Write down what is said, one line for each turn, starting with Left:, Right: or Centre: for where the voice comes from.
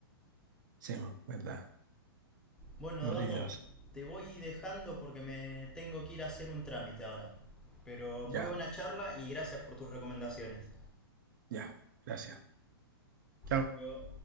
Right: Sí, ¿verdad?
Centre: Bueno,
Right: No
Centre: Eduardo,
Right: tienes razón.
Centre: te voy dejando porque me tengo que ir a hacer un trámite ahora. Pero
Right: Ya,
Centre: muy buena charla y gracias por tus recomendaciones.
Right: ya. Gracias. Chao.
Centre: Hasta luego.